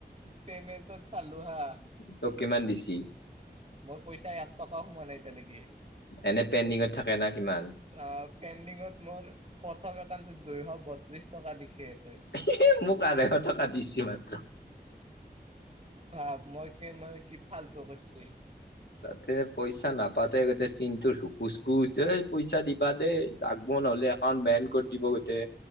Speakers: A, on the right (about 35°); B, on the left (about 75°).
A: পেমেণ্টটোত চালো হা।
B: তোক কিমান দিছি?
A: মোৰ পইচা এক টকাও সোমোৱা নাই এতিয়ালকি।
B: এনে পেণ্ডিঙত থাকে। না কিমান
A: আ পেণ্ডিঙত মোৰ প্ৰথম একাউণ্টত দুইশ বত্ৰিশ টকা দিখেই আছে।
B: ই হি মোক আঢ়ৈশ টকা দিছে মাত্ৰ।
A: ভাব। মই কি মই কি ফাল্টু কৰচি।
B: তাতে পইচা নাপাতে যাতে চিনটোৰ হুকোচ কোচ যে পইচা দিবা দেই‌ লাগব নহ'লে। একাউণ্ট বেন কৰি দিব গোটে।